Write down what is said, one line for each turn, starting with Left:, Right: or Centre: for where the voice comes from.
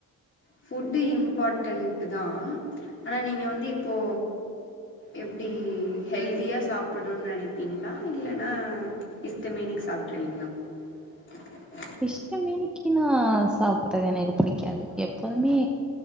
Left: ஃபுட்டு இம்பாட்டன்ட்டு தா ஆனா நீங்க வந்து இப்போ எப்டி ஹெல்தியா சாப்பட்ணுன் நெனைப்பீங்ளா இல்ல னா இஷ்டமேனிக் சாப்ட்ருவீங்ளா <inaudible>
Centre: இஷ்டமேனிக்குனா சாப்பட்றது எனக்கு புடிக்காது எப்போதுமே